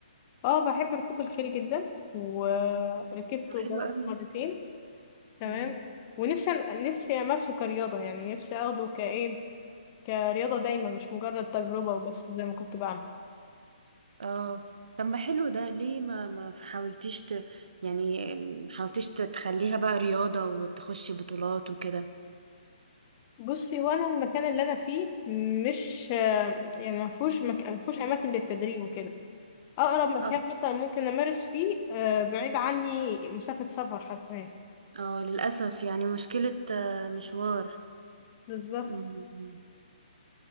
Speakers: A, on the left; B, on the right.
A: اه بحب ركوب الخيل جدا وركبته
B: حلو
A: جربت
B: قوي
A: مرتين تمام
B: مم.
A: ونفسي نفسي امارسه كرياضة يعني نفسي اخده كايه كرياضة دايما مش مجرد تجربة وبس زي ما كنت بعمل
B: اه طب ما حلو ده ليه ما ما حاولتيش ت... يعني ما حاولتيش تخليها بقى رياضة وتخشي بطولات وكده
A: بصي هو انا المكان اللي انا فيه مش آه، يعني ما فيهوش مك... ما فيهوش اماكن للتدريب وكده اقرب مكان
B: آه.
A: مثلا ممكن امارس فيه آه، بعيد عني مسافة سفر حرفيا
B: اه للأسف يعني مشكلة آه، مشوار
A: بالظبط
B: مم.